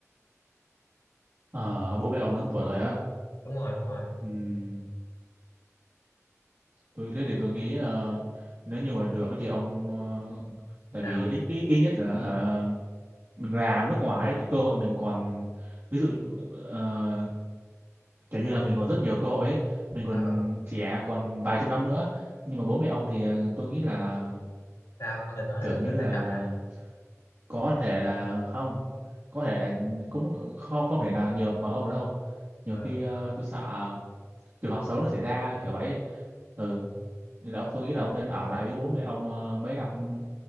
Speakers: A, on the right (about 50°); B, on the left (about 85°).
A: Ờ, bố mẹ ông lớn tuổi rồi á.
B: đúng rồi đúng rồi
A: Ừm, tôi thế thì tôi nghĩ ờ, nếu như mà được ấy thì ông ờ, tại
B: sao
A: vì ít ít ít nhất là ờ, mình làm nước ngoài ấy, thì cơ hội mình còn ví dụ ờ, kiểu như
B: còn
A: là mình còn rất nhiều cơ hội ấy. Mình còn
B: ờ
A: trẻ còn vài chục năm nữa. Nhưng mà bố mẹ ông thì ờ, tôi nghĩ là
B: sao ông định nói là
A: kiểu
B: gần
A: như
B: rất xa
A: là
B: trời hả
A: có thể là không có thể là cũng không không thể nào nhiều bằng ông được đâu nhiều
B: ờ
A: khi ờ, tôi sợ trường hợp xấu nó xảy ra kiểu vậy ừ Nên là ông tôi nghĩ là ông nên ở lại với bố mẹ ông ờ, mấy năm